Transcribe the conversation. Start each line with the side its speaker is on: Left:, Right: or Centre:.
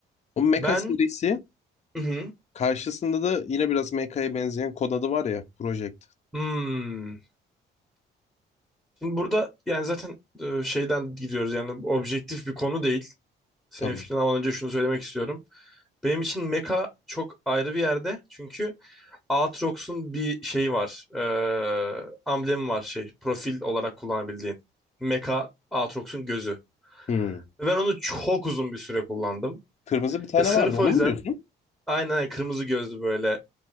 Left: O Mecha
Centre: Ben
Left: serisi
Centre: hı hı.
Left: Karşısında da yine biraz MK'ya benzeyen kod adı var ya. Project.
Centre: Hmm. Şimdi burada yani zaten e, şeyden gidiyoruz yani objektif bir konu değil. Senin
Left: Tabii.
Centre: fikrini almadan önce şunu söylemek istiyorum. Benim için Mecha çok ayrı bir yerde. Çünkü Aatrox'un bir şeyi var. Eee amblemi var şey. Profil olarak kullanabildiğin. Mecha Aatrox'un gözü.
Left: Hmm.
Centre: Ve Ben onu çok uzun bir süre kullandım.
Left: Kırmızı bir tane
Centre: E, sırf
Left: vardı. Onu
Centre: o yüzden
Left: mu diyorsun?
Centre: aynen aynen kırmızı gözlü böyle.